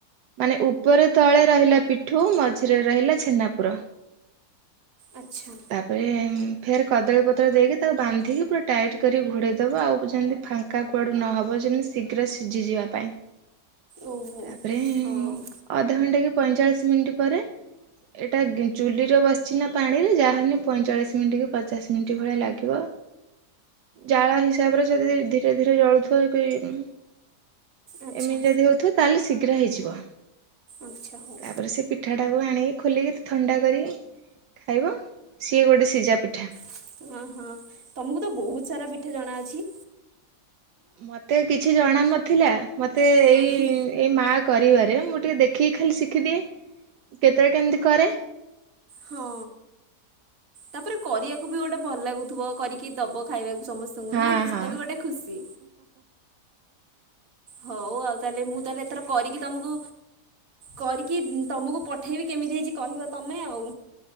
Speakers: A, on the right (about 80°); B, on the right (about 55°).
A: ମାନେ ଉପରେ ତଳେ ରହିଲା ପିଠୋଉ ମଝିରେ ରହିଲା ଛେନାପୁର।
B: ଆଚ୍ଛା
A: ତାପରେ ଉଁ ଫେର୍ କଦଳୀ ପତ୍ର ଦେଇକି ତାକୁ ବାନ୍ଧିକି ପୁରା ଟାଇଟ୍ କରି ଘୋଡ଼େଇଦବ ଆଉ ଯେମିତି ଫାଙ୍କା କୁଆଡ଼ୁ ନହବ ଯେମିତି ଶୀଘ୍ର ସିଝି ଯିବା ପାଇଁ।
B: ଓହୋ
A: ତାପରେ
B: ହଁ
A: ଉଁ, ଅଧଘଣ୍ଟା କି ପଇଁଚାଳିଶ ମିନିଟ୍ ପରେ ଏଟା ଗି-ଚୁଲିରେ ବସିଛି ନା ପାଣିରେ ଯାହାହେନେ ପଇଁଚାଳିଶ ମିନିଟ୍ କି ପଚାଶ ମିନିଟ୍ ଭଳିଆ ଲାଗିବ ଜାଳ ହିସାବରେ ଯଦି ଧି ଧୀରେ ଧୀରେ ଜଳୁଥିବ କଇ ଉଁ
B: ଆଚ୍ଛା
A: ଏମିତି ଯଦି ହଉଥିବ ତାହେଲେ ଶୀଘ୍ର ହେଇଯିବ।
B: ଆଚ୍ଛା ହଉ
A: ତାପରେ ସେ ପିଠା ଟାକୁ ଆଣିକି ଖୋଲିକି ଥଣ୍ଡା କରିକି ଖାଇବ ସିଏ ଗୋଟେ ସିଜା ପିଠା।
B: ହଁ, ହଁ ତୋମକୁ ତ ବହୁତ ସାରା ପିଠା ଜଣା ଅଛି।
A: ମୋତେ କିଛି ଜଣା ନଥିଲା ମୋତେ
B: ହଁ
A: ଏଇ ଏଇ ମା କରିବାରେ ମୁଁ ଟିକେ ଦେଖିକି ଖାଲି ଶିଖିଦିଏ, କେତେବେଳେ କେମତି କରେ।
B: ହଁ ତାପରେ କରିବାକୁ ବି ଗୋଟେ ଭଲ ଲାଗୁଥୁବ କରିକି ଦବ ଖାଇବା ସମସ୍ତଙ୍କୁ
A: ହଁ
B: ନା କି ସେଟା
A: ହଁ।
B: ବି ଗୋଟେ ଖୁସି ହଉ ଆଉ। ତାହେଲେ ମୁଁ ତାହେଲେ ଏଥର କରିକି ତୋମକୁ କରିକି ତୋମକୁ ପଠେଇବି, କେମିତି ହେଇଚି, କହିବ ତୋମେ ଆଉ।